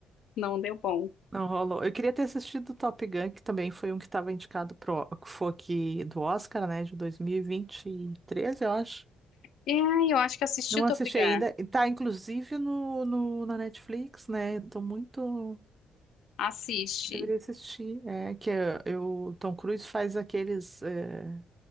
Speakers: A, on the left; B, on the right.
A: não deu bom.
B: Não rolou. Eu queria ter assistido o Top Gun, que também foi um que estava indicado pro, que foi aqui do Oscar, né, de 2023, eu acho.
A: E aí, eu acho que assisti
B: Não
A: o Top
B: assisti
A: Gun.
B: ainda. E Tá, inclusive, no, no- na Netflix, né? Tô muito.
A: Assiste.
B: Deveria assistir. É que é, eu, Tom Cruise faz aqueles, é,